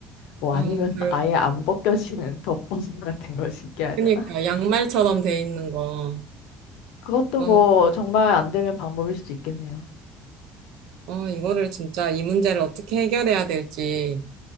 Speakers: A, on the left (about 80°); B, on the right (about 70°).
A: 뭐
B: 어,
A: 아니면
B: 결,
A: <laughs> 아예 안 벗겨지는 <laughs> 덮버섯 같은 걸 신겨야
B: 그러니까
A: 되나?
B: 양말처럼 돼 있는 거.
A: 그것도
B: 어,
A: 뭐 정말 안 되면 방법일 수도 있겠네요.
B: 어, 이거를 진짜 이 문제를 어떻게 해결해야 될지.